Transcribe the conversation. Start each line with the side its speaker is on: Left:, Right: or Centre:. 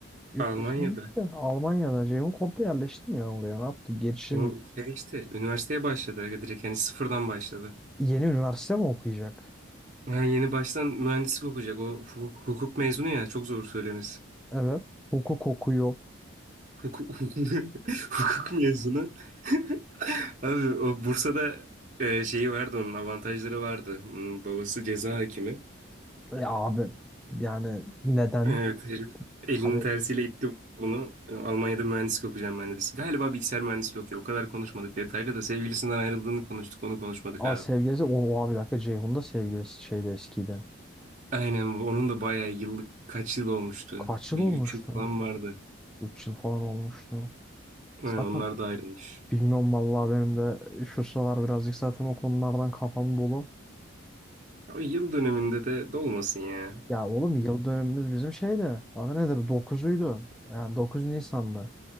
Centre: Yurt
Right: Almanya'da.
Centre: dışına gitti. Almanya'da. Ceyhun komple yerleşti mi ya oraya? Ne yaptı? Gelişim
Right: O
Centre: mi?
Right: şey işte üniversiteye başladı. aga Direkt hani sıfırdan başladı.
Centre: Yeni üniversite mi okuyacak?
Right: Yani yeni baştan mühendislik okuyacak. O hukuk, hukuk mezunu ya çok zor söylemesi.
Centre: Evet. Hukuk okuyor.
Right: Hukuk, <laughs> hukuk mezunu. <laughs> Abi o Bursa'da e, şeyi vardı onun avantajları vardı. Hmm, Babası ceza hakimi.
Centre: Ya abi yani neden?
Right: Evet herif elinin
Centre: Hani
Right: tersiyle itti bunu. E, Almanya'da mühendislik okuyacağım ben dedi. Galiba bilgisayar mühendisliği okuyor. O kadar konuşmadık detaylı da sevgilisinden ayrıldığını konuştuk onu konuşmadık
Centre: a
Right: abi.
Centre: sevgilisi o, o abi bir dakika Ceyhun'da sevgilisi şeyde eskiydi.
Right: Aynen bu. onun da bayağı yıllık kaç yıl olmuştu.
Centre: Kaç yıl
Right: Bir
Centre: olmuştu?
Right: üç yıl falan vardı.
Centre: 3 yıl falan olmuştu.
Right: Ha,
Centre: Zaten
Right: onlar da ayrılmış.
Centre: bilmiyorum vallahi benim de şu sıralar birazcık zaten o konulardan kafam dolu.
Right: Abi yıl döneminde de dolmasın ya.
Centre: Ya oğlum yıl dönümümüz bizim şeyde. Adı nedir? Dokuzuydu. Yani 9 Nisan'da.